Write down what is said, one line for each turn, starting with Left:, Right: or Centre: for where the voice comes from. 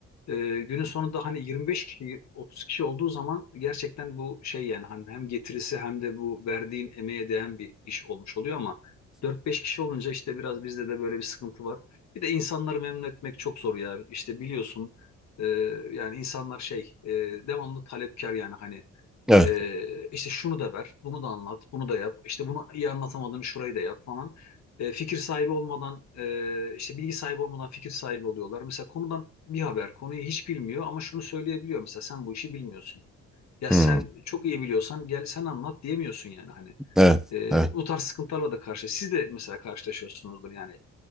Left: E, günün sonunda hani 25 kişi 30 kişi olduğu zaman gerçekten bu şey yani hani hem getirisi hem de bu verdiğin emeğe değen bir iş olmuş oluyor ama 4-5 kişi olunca işte biraz bizde de böyle bir sıkıntı var. Bir de insanları memnun etmek çok zor ya. İşte biliyorsun e, yani insanlar şey e, devamlı talepkar yani hani
Centre: Evet.
Left: e, işte şunu da ver, bunu da anlat, bunu da yap. işte bunu iyi anlatamadığını şurayı da yap falan. E, fikir sahibi olmadan e, işte bilgi sahibi olmadan fikir sahibi oluyorlar. Mesela konudan bir haber, konuyu hiç bilmiyor ama şunu söyleyebiliyor. Mesela sen bu işi bilmiyorsun. Ya
Centre: Hmm.
Left: sen çok iyi biliyorsan gel sen anlat diyemiyorsun yani hani.
Centre: Evet.
Left: E,
Centre: Evet.
Left: bu tarz sıkıntılarla da karşı. Siz de mesela karşılaşıyorsunuzdur yani